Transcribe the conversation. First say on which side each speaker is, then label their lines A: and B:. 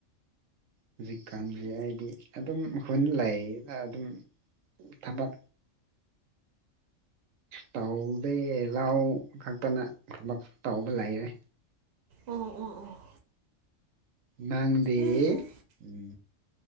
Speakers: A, on the right; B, on the right.
A: ꯍꯧꯖꯤꯛꯀꯥꯟꯁꯦ ꯍꯥꯏꯗꯤ ꯑꯗꯨꯝ ꯈꯨꯟ ꯂꯩꯅ ꯑꯗꯨꯝ ꯊꯕꯛ ꯇꯧꯗꯦ ꯂꯥꯎ ꯈꯛꯇꯅ ꯊꯕ ꯇꯧꯕ ꯂꯩꯔꯦ
B: ꯑꯣ ꯑꯣ ꯑꯣ
A: ꯅꯪꯗꯤ
B: ꯎꯝ
A: ꯎꯝ